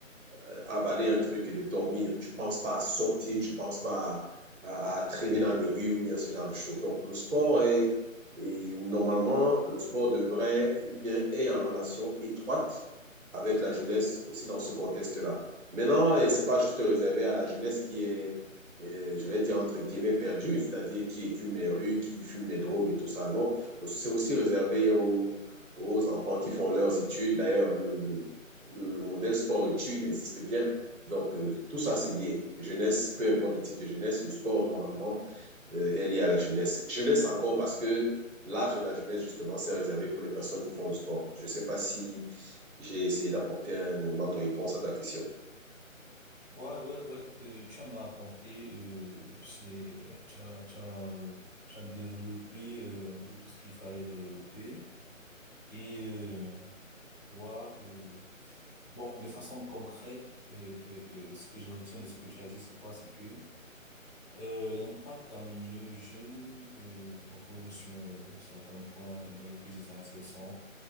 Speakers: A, on the right; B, on the left.
A: euh, avaler un truc et de dormir. Tu ne penses pas à sortir, tu ne penses pas à, à, à traîner dans les rues ou bien ce genre de choses. Donc, le sport est, et normalement, le sport devrait ou bien est en relation étroite avec la jeunesse aussi dans ce contexte-là. Maintenant, ce n'est pas juste réservé à la jeunesse qui est, euh, je vais dire entre guillemets, perdue, c'est-à-dire qui écume les rues, qui fume des drogues et tout ça. Non, c'est aussi réservé aux, aux enfants qui font leurs études. D'ailleurs, le, le, le, le modèle sport-études, il existe bien. Donc, euh, tout ça, c'est lié. Jeunesse, peu importe le type de jeunesse, le sport, normalement, euh, est lié à la jeunesse. Jeunesse encore parce que l'âge de la jeunesse, justement, c'est réservé pour les personnes qui font du sport. Je ne sais pas si j'ai essayé d'apporter un élément de réponse à ta question.
B: Ouais, ouais, ouais, euh, tu en as apporté, euh, c'est, euh, tu as, tu as, tu as développé euh, un peu tout ce qu'il fallait développer. Et Toi, euh, bon, de façon concrète, euh, euh, euh, ce que je retiens de ce que tu as dit, c'est quoi? C'est que euh, l'impact d'un milieu jeune euh, repose sur euh, certains points dont les plus essentiels sont,